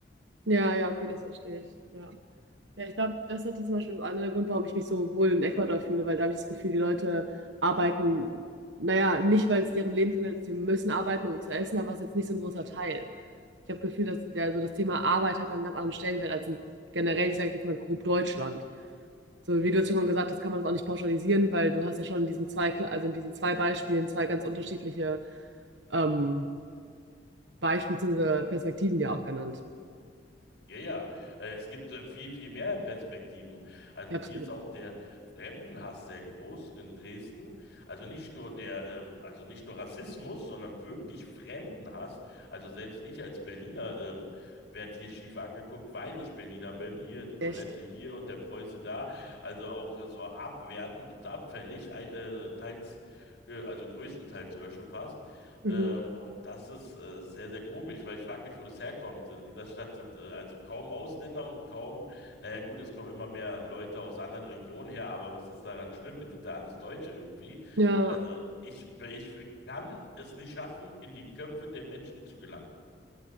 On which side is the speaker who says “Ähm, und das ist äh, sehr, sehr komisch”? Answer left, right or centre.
Left